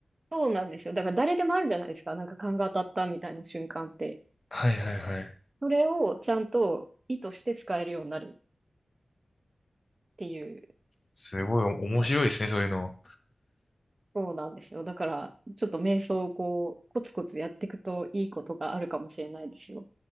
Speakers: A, on the right (about 40°); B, on the left (about 45°).
A: そうなんですよ。だから誰でもあるじゃないですか。なんか勘が当たったみたいな瞬間って。
B: はいはいはい。
A: それをちゃんと意図して使えるようになるっていう。
B: すごい面白いですね、そういうの。
A: そうなんですよ。だから、ちょっと瞑想をこう、コツコツやっていくといいことがあるかもしれないですよ。